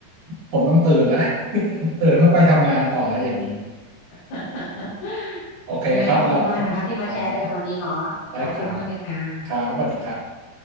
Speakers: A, on the right; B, on the left.
A: <laughs> ผมต้องตื่นแล้ว <laughs> ตื่นเพื่อไปทำงานต่อแล้วอย่างนี้
B: <laughs>
A: โอเคครับเรา
B: ยังไงก็ขอบคุณมากเลยนะคะที่มาแชร์ด้วยกันวันนี้เนาะขอบคุณมากเลยค่ะ
A: ครับได้ครับครับสวัสดีครับ